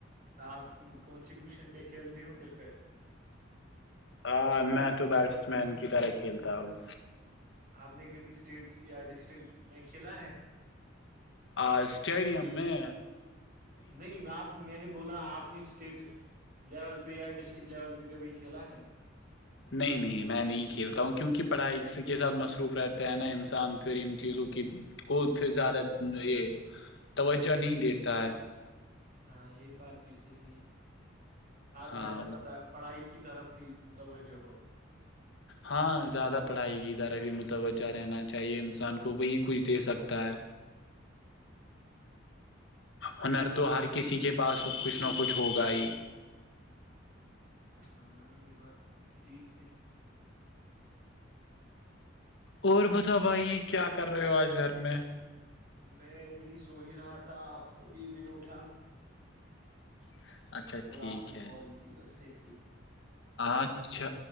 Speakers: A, on the right; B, on the left.
A: آپ کون سی پوزیشن پہ کھیلتے ہو کرکٹ
B: ہ میں تو بیٹس مین کی طرح کھیلتا ہوں
A: آپ نے کبھی اسٹیٹس یا ڈسٹرکٹ میں کھیلا ہے
B: آ اسٹیڈیم میں
A: نہیں آپ میں نے بولا آپ نے اسٹیٹ لیول پہ یا ڈسٹرکٹ لیول پہ کبھی کھیلا ہے
B: نہیں نہیں میں نہیں کھیلتا ہوں کیونکہ پڑھائی کے ساتھ مصروف رہتا ہے نا انسان پھر ان چیزوں کی کو پھر زیادہ یہ توجہ نہیں دیتا ہے
A: ہاں یہ بات بھی صحی ہے آپ
B: ہاں
A: زیادہ پتا پڑھائی کی طرف ہی متوجہ ہو
B: ہاں زیادہ پڑھائی کی طرح بھی متوجہ رہنا چاہیے انسان کو وہی کچھ دے سکتا ہے
A: <unintelligible>
B: ہنر تو ہر کسی کے پاس کچھ نہ کچھ ہوگا ہی
A: ہاں یہ بات ٹھیک ہے
B: اور بتاؤ بھائی کیا کر رہے ہو آج گھر میں
A: میں ابھی سو ہی رہا تھا ابھی میں اٹھا
B: <unintelligible>
A: اور
B: ٹھیک
A: آپ کو
B: ہے
A: کال کی بس اییس ہی
B: اچھا